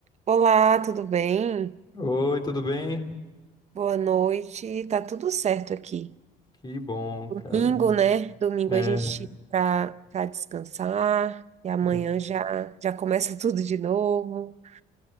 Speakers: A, on the right; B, on the left.
A: Olá, tudo bem?
B: Oi, tudo bem?
A: Boa noite. Tá tudo certo aqui.
B: Que bom, cara.
A: Domingo, né? Domingo
B: É,
A: a gente tira pra, pra descansar e amanhã
B: é
A: já já começa <laughs> tudo de novo,